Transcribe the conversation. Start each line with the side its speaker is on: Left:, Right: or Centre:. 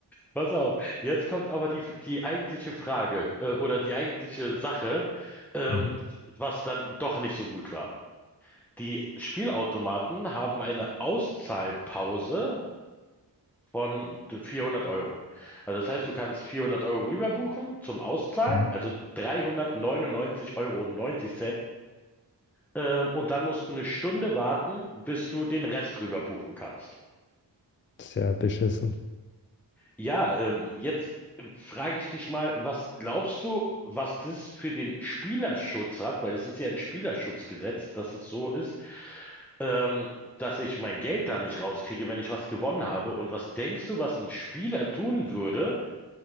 Centre: Pass auf, jetzt kommt aber die, die eigentliche Frage äh, oder die eigentliche Sache, ähm,
Left: Mhm.
Centre: was dann doch nicht so gut war. Die Spielautomaten haben eine Auszahlpause von 400 Euro. Also das heißt, du kannst 400 Euro rüberbuchen zum Auszahlen,
Left: Mhm.
Centre: also 399,90 Euro neunzig Ähm, und dann musst du eine Stunde warten, bis du den Rest rüber buchen kannst.
Left: Ist ja beschissen.
Centre: Ja, ähm, jetzt ähm, frage ich dich mal, was glaubst du, was das für den Spielerschutz hat? Weil es ist ja ein Spielerschutzgesetz, dass es so ist, ähm, dass ich mein Geld da nicht rauskriege, wenn ich was gewonnen habe. Und was denkst du, was ein Spieler tun würde,